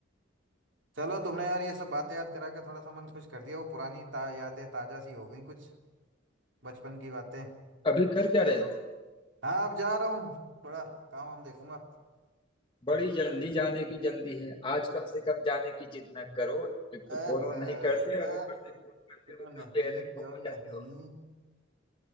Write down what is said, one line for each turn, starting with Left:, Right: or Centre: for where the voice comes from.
Right: चलो तुमने यार ये सब बातें याद करा के थोड़ा सा मन खुश कर दिया वो पुरानी ता, यादें ताजा सी हो गई कुछ बचपन की बातें
Left: अभी कर क्या रहे हो
Right: हाँ अब जा रहा हूँ थोड़ा काम वाम देखूंगा
Left: बड़ी जल्दी जाने की जल्दी है आज कम से कम जाने की जिद न करो
Right: अह,
Left: एक तो फोन वोन
Right: अह,
Left: नहीं करते और ऊपर से फोन करते
Right: क्यों
Left: हो
Right: नहीं
Left: तो फिर
Right: क्यों
Left: गुम हो जाते
Right: नहीं
Left: हो